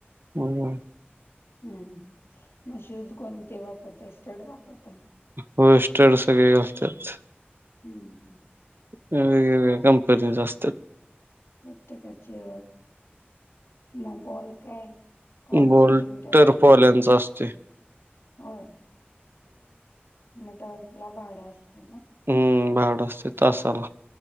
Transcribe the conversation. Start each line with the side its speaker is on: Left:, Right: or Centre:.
Right: हम्
Left: हम्म मग शूज कोणते वापरतय स्टड वापरतय
Right: होय स्टड सगळे असतात
Left: हम्म
Right: वेगवेगळ्या कंपनी असतात
Left: प्रत्येकाचे म ब काय <unintelligible> कॉमन
Right: बल्टर
Left: घेऊन ठेवलाय
Right: फॉल्याचा
Left: काय
Right: असतोय
Left: होय मग ट्रायवल्स ला भाड असते ना
Right: हम्म भाड असतय तासाला